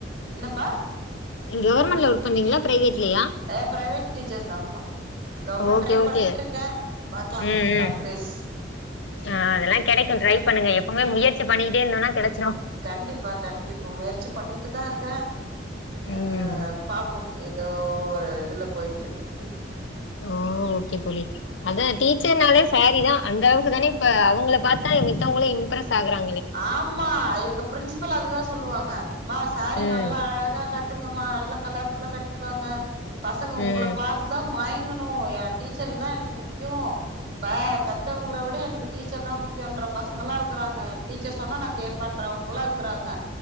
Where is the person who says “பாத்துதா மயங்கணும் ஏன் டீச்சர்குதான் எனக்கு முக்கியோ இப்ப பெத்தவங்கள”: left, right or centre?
Right